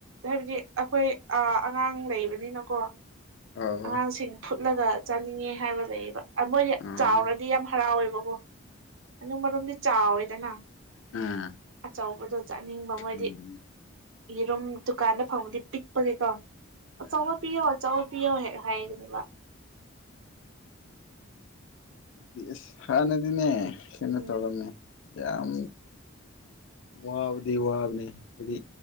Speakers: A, on the right; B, on the left.
A: ꯍꯥꯏꯕꯗꯤ ꯑꯩꯈꯣꯏ ꯑꯥ ꯑꯉꯥꯡ ꯂꯩꯕꯅꯤꯅꯀꯣ
B: ꯑꯣ
A: ꯑꯉꯥꯡꯁꯤꯡ ꯐꯨꯠꯂꯒ ꯆꯥꯅꯤꯡꯉꯦ ꯍꯥꯏꯕ ꯂꯩꯌꯦꯕ ꯃꯣꯏꯗꯤ
B: ꯑꯣ
A: ꯆꯥꯎꯔꯗꯤ ꯌꯥꯝ ꯍꯔꯥꯎꯋꯦꯕꯀꯣ ꯉꯅꯨ ꯃꯔꯣꯝꯗꯤ ꯆꯥꯎꯋꯦꯗꯅ
B: ꯑꯥ
A: ꯑꯆꯥꯎꯕꯗ‌ꯣ ꯆꯥꯅꯤꯡꯕ ꯃꯣꯏꯗꯤ
B: ꯎꯝ
A: ꯌꯦꯔꯨꯝ ꯗꯨꯀꯥꯟꯗ ꯐꯪꯕꯗꯤ ꯄꯤꯛꯄꯒꯤꯀꯣ ꯑꯆꯥꯄ‌ꯣꯠ
B: ꯑꯗꯨꯗꯤ
A: ꯄꯤꯌꯣ ꯑꯆꯥꯄ‌ꯣꯠ ꯄꯤꯌꯣ ꯍ‌ꯦꯛ ꯍꯥꯏꯒꯅꯤꯕ
B: ꯑꯗꯨꯗꯤ ꯏꯁ ꯍꯥꯟꯅꯗꯤꯅꯦ ꯀꯩꯅꯣ
A: ꯎꯝ
B: ꯇꯧꯔꯝꯃꯦ ꯌꯥꯝ ꯋꯥꯕꯨꯗꯤ ꯋꯥꯕꯅꯦ ꯍꯥꯏꯗꯤ